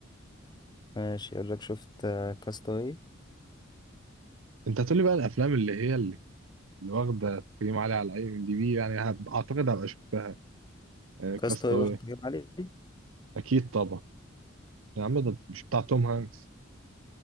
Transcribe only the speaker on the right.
انت هتقولي بقى الافلام اللي هي اللي اللي واخده تقييم عالي على اي ام دي بي يعني هب- اعتقد هبقى شفتها
كاستاوي
اكيد طبعا يا عم ده مش بتاع توم هانكس